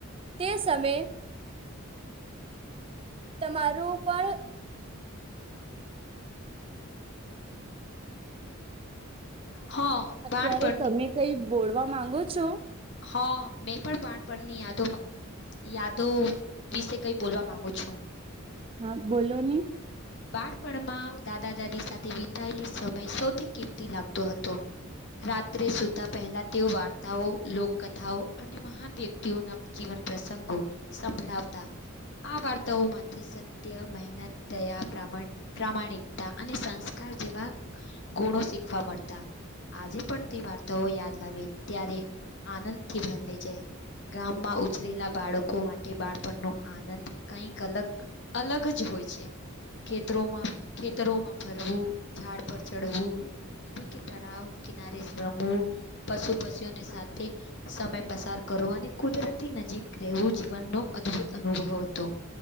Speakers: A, on the right; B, on the left.
A: તે સમયે- - તમારું પણ- -
B: હા.
A: અત્યારે
B: બાણપણની
A: તમે કઈ બોલવા માંગો છો?
B: હા મેં પણ બાળપણની યાદોમાં- - યાદો વિશે કઈ બોલવા માંગુ છું.
A: હા બોલો ની- -
B: બાળપણમાં દાદા, દાદી સાથે વિતાયેલી સમય સૌથી કિંમતી લાગતો હતો. રાત્રે સુતા પહેલા તેઓ વાર્તાઓ, લોકકથાઓ અને મહાન વ્યક્તિ- - ઓ ના જીવન પ્રસંગો સંભળાવતા. આ વાર્તાઓ માંથી સત્ય મહેનત દયા પ્ર પ્રમાણિકતા અને સંસ્કાર જેવા ગુણો શીખવા મળતા આજે પણ તે વાર્તાઓ યાદ આવે ત્યારે આનંદથી ભરાઈ જાય. ગામમાં ઉછરેલા બાળકો માટે બાળપણનો આનંદ કઈક અલગ અલગ જ હોય છે. ખેતરોમાં ખેતરોમાં ફરવું ઝાડ પર ચડવું નદી કે તળાવ કિનારે રમવું પશુ પશીઓને સાથે સમય પસાર કરવાની કુદરતી નજીક રહેવું જીવનનો અદભુત અનુભવ હતો